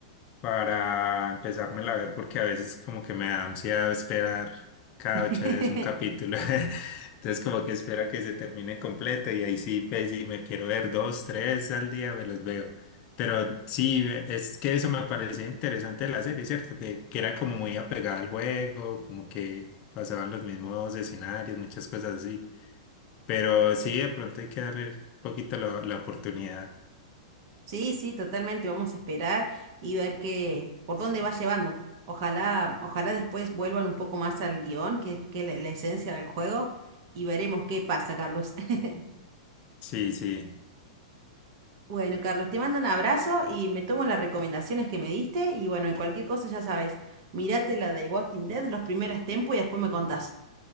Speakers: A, on the left; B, on the right.
A: para empezármela a ver, porque a veces como que me da ansiedad esperar cada
B: <laughs>
A: ocho días un capítulo. <laughs> Entonces como que espero que se termine completo y ahí sí, pues si me quiero ver dos, tres al día, me los veo. Pero sí, es que eso me parecía interesante de la serie, ¿cierto? Que, que era como muy apegada al juego, como que pasaban los mismos escenarios, muchas cosas así. Pero sí, de pronto hay que darle un poquito la, la oportunidad.
B: Sí, sí, totalmente. Vamos a esperar y ver qué, por dónde va llevando. Ojalá, ojalá después vuelvan un poco más al guión, que, es- que la, la esencia del juego, y veremos qué pasa, Carlos. <laughs>
A: Sí, sí.
B: Bueno, Carlos, te mando un abrazo y me tomo las recomendaciones que me diste. Y bueno, y cualquier cosa ya sabes, mirate la de Walking Dead, los primeros tiempos y después me contás.